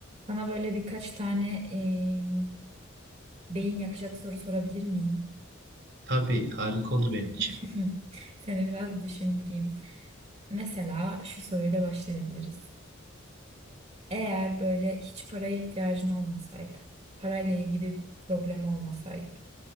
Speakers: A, on the right; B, on the right.
A: Sana böyle birkaç tane em, beyin yakacak soru sorabilir miyim?
B: Tabii harika olur benim için.
A: <laughs> Seni biraz düşündüreyim. Mesela şu soruyla başlayabiliriz. Eğer böyle hiç paraya ihtiyacın olmasaydı, parayla ilgili bir problem olmasaydı,